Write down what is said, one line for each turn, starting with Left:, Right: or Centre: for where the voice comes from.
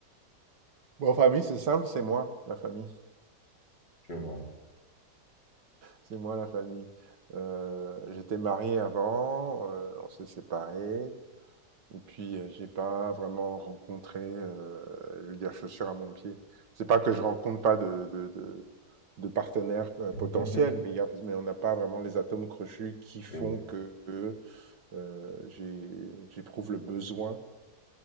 Right: Bon, en famille, c'est simple, c'est moi, la famille.
Left: Je vois.
Right: C'est moi, la famille. Euh, j'étais marié avant, euh, on s'est séparés. Et puis, euh, j'ai pas vraiment rencontré, heu, je veux dire, chaussure à mon pied. C'est pas que je rencontre pas de de de de partenaires, heu,
Left: <laughs>
Right: potentiels, mais il y a mais on n'a pas vraiment les atomes crochus qui font
Left: Oui,
Right: que, heu, j'ai j'éprouve le besoin,